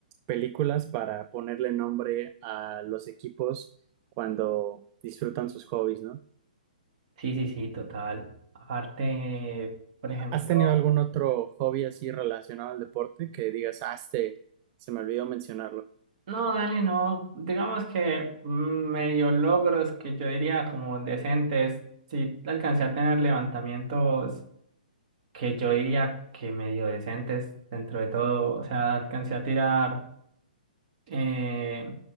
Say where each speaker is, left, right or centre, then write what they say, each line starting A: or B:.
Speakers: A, on the right (about 35°); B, on the right (about 55°).
A: películas para ponerle nombre a los equipos cuando disfrutan sus hobbies, ¿no?
B: Sí, sí, sí, total. Aparte, por ejemplo.
A: ¿Has tenido algún otro hobby así relacionado al deporte que digas, ah, este, se me olvidó mencionarlo?
B: No, Dani, no. Digamos que mm, medio logros que yo diría como decentes. Sí, alcancé a tener levantamientos que yo diría que medio decentes dentro de todo. O sea, alcancé a tirar eh,